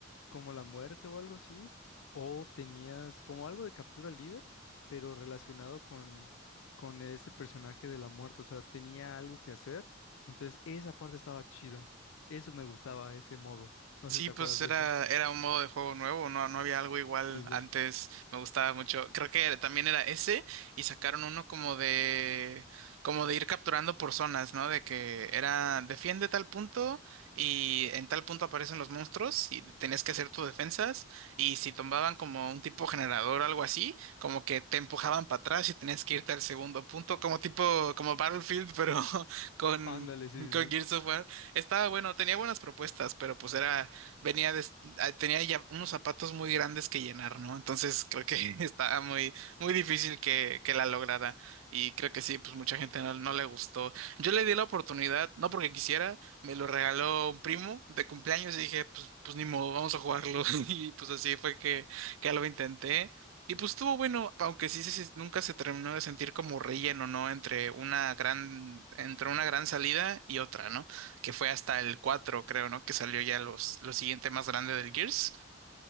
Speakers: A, on the left; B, on the right.
A: como la muerte o algo así, o tenías como algo de captura líder, pero relacionado con, con este personaje de la muerte, o sea, tenía algo que hacer, entonces esa parte estaba chida, eso me gustaba, ese modo, no
B: Sí,
A: sé si te
B: pues
A: acuerdas de
B: era,
A: ese.
B: era un modo de juego nuevo, no, no había algo igual
A: Sí, sí.
B: antes, me gustaba mucho. Creo que también era ese y sacaron uno como de, como de ir capturando por zonas, ¿no? De que era defiende tal punto y en tal punto aparecen los monstruos y tenías que hacer tus defensas y si tomaban como un tipo generador o algo así, como que te empujaban para atrás y tenías que irte al segundo punto, como tipo, como Battlefield, pero <laughs> con...
A: Ándale, sí, sí,
B: Con Gears
A: sí.
B: of War. Estaba bueno, tenía buenas propuestas, pero pues era venía de- ah, tenía ya unos zapatos muy grandes que llenar, ¿no? Entonces creo que <laughs> estaba muy, muy difícil que, que la lograra. Y creo que sí, pues mucha gente no, no le gustó. Yo le di la oportunidad, no porque quisiera, me lo regaló un primo de cumpleaños y dije, pues, pues ni modo, vamos a jugarlo. <laughs> Y pues así fue que, que lo intenté. Y pues estuvo bueno, aunque sí, sí, sí, nunca se terminó de sentir como relleno, ¿no? Entre una gran, entre una gran salida y otra, ¿no? que fue hasta el 4 creo, ¿no? Que salió ya los, lo siguiente más grande del Gears.